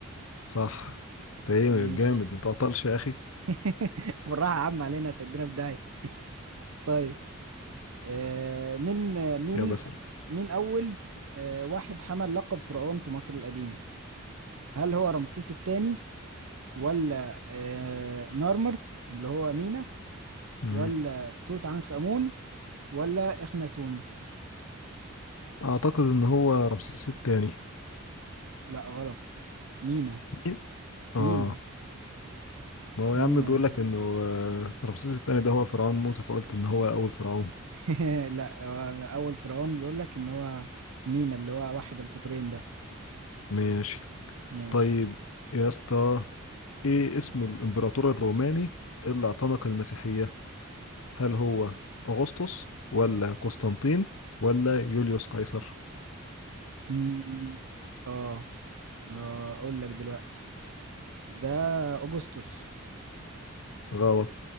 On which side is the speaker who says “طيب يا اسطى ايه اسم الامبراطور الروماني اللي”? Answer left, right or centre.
Left